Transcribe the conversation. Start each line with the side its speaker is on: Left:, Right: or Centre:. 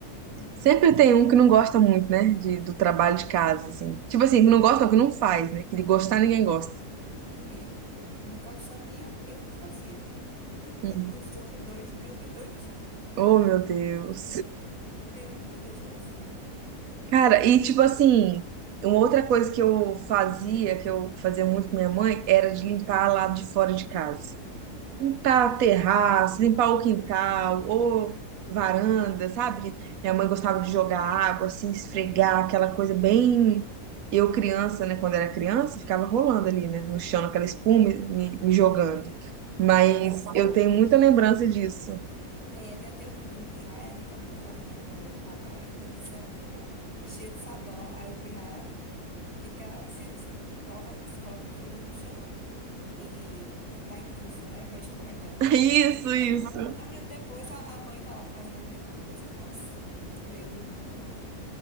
Left: né?
Right: Sempre tem
Left: Me ajudou.
Right: um que não gosta muito, né? De, do trabalho de casa, assim. Tipo assim, que não gosta, não, que não faz, né? Que de gostar ninguém gosta.
Left: É. No caso, só tinha eu que fazia. <laughs>
Right: Uhum.
Left: Os outros dois, nenhum dos dois,
Right: Oh, meu Deus.
Left: <laughs> nenhum dos dois fazia.
Right: Cara, e tipo assim, uma outra coisa que eu fazia, que eu fazia muito com minha mãe, era de limpar lá de fora de casa. Limpar o terraço, limpar o quintal, ou varanda, sabe? Minha mãe gostava de jogar água, assim, esfregar, aquela coisa bem. Eu, criança, né? Quando era criança, ficava rolando ali, né? No chão, aquela espuma me, me jogando. Mas
Left: Tem até um vídeo
Right: eu tenho muita
Left: de um,
Right: lembrança
Left: de um-
Right: disso.
Left: é, tem até o vídeo de um pirraia, né, que a mãe tá lavando a varanda de cerâmica cheia de sabão, aí o pirraia fica se, se- coloca, se coloca os joelhos no chão e dá impulso, né, para escorregando.
Right: <laughs> Isso,
Left: Dois
Right: isso.
Left: min- dois minutos depois a, a mãe tá lá fazendo a mesma coisa. Nossa, muito eu e muito nós.